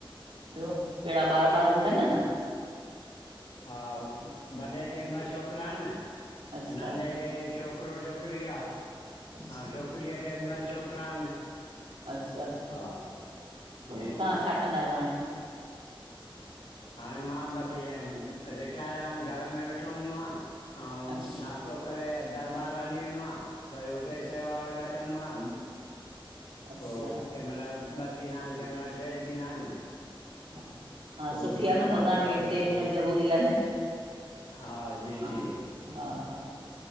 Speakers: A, on the right; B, on the left.
A: ॿियो केड़ा ॿार-ॿार हूंदनि न
B: हा, वॾे खे ॿ छोकिरा आहिनि,
A: अच्छा
B: नंढे खे छोकिरो छोकिरी आ
A: अच्छा
B: अंउ छोकिरीअ खे ॿ छोकिरा अन
A: अच्छा
B: हा
A: तव्हां
B: जी जी
A: छा कंदा आहियो हाणे?
B: हाणे मां बसि ईअं रिटायर आहियां घर में वेठो हूंदो आं अंउं
A: अछ
B: नास्तो करे दरॿारि हली वेंदो आं वरी हुते सेवा वग़ैरह कंदो आं
A: अच्छा
B: पो
A: हा
B: कंहिं महिल ॿ थींदा आहिनि कंहिं महिल ट्रे थींदा आहिनि
A: हा, हा
B: पोइ
A: सुठी
B: ईंदो
A: आ न,
B: आहियां
A: भॻवान
B: त वरी
A: खे बि टेम
B: पोइ
A: ॾियणु ज़रूरी आ न
B: हा, जी
A: हा
B: जी
A: हा हा